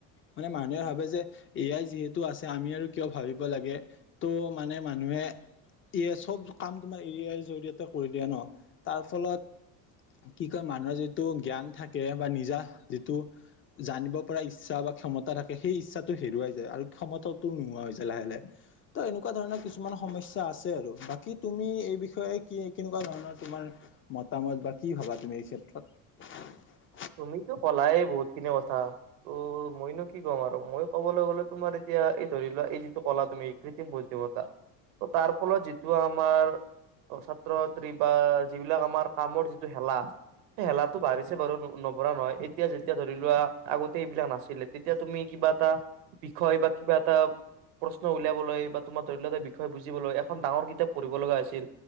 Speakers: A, on the left; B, on the right.
A: মানে মানুহে ভাবে যে এ আই যিহেতু আছে আমি আৰু কিয় ভাবিব লাগে। ত' মানে মানুহে এ আই চব কাম তোমাৰ এ আই জৰিয়তে কৰি দিয়ে ন', তাৰ ফলত কি কয় মানুহৰ যিটো জ্ঞান থাকে বা নিজা যিটো জানিব পৰা ইচ্ছা বা ক্ষমতা থাকেসেই ইচ্ছাটো হেৰুৱাই যায়, আৰু ক্ষমতাটো নোহোৱা হৈ যায় লাহে লাহে। ত' এনেকুৱা ধৰণৰ কিছুমান সমস্যা আছে আৰু। বাকী তুমি এই বিষয়ে কি কেনেকুৱা ধৰণৰ তোমাৰ মতামত বা কি ভাবা তুমি এই ক্ষেত্ৰত?
B: তুমিতো কলাই বহুতখিনি কথা ত' মইনো কি ক'ম আৰু, মই কবলৈ গলে তোমাৰ এতিয়া এই ধৰি লোৱা এই যিটো কলা তুমি কৃত্ৰিম বুদ্ধিমত্তা ত' তাৰ ফলত যিটো আমাৰ ছাত্ৰ-ছাত্ৰী বা যিবিলাক আমাৰ কামৰ যিটো হেলা সেই হেলাটো বাঢ়িছে বাৰু। নপঢ়া নহয়, এতিয়া যেতিয়া ধৰি লোৱা আগতে এইবিলাক নাছিলে। তেতিয়া তুমি কিবা এটা বিষয় বা কিবা এটা প্ৰশ্ন উলিয়াবলৈ বা তোমাৰ ধৰি লোৱা এটা বিষয় বুজিবলৈ এখন ডাঙৰ কিতাপ পঢ়িব লগা হৈছিল,